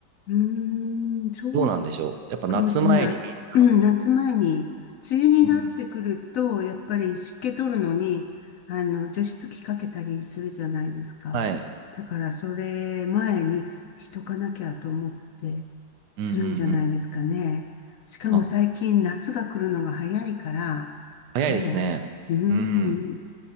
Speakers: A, on the left; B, on the right.
A: うん。そう
B: どうなんでしょう。やっぱ夏前にみん、
A: かもしれない。うん、夏前に、梅雨になってくると、
B: うん、
A: やっぱり湿気取るのに、あの、除湿機かけたりするじゃないですか。
B: はい。
A: だから、それ前にしとかなきゃと思って、
B: うんうんうん。
A: するんじゃないですかね。しかも最近夏が来るのが早いから、
B: あ、早いですね。
A: ねえ、うん、
B: うん。